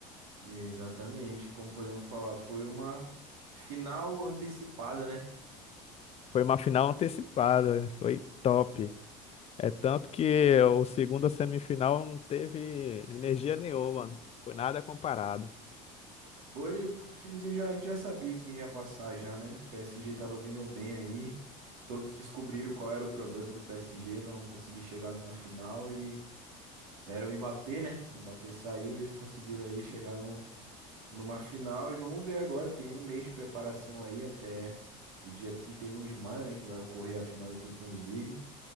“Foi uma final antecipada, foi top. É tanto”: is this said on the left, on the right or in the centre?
Left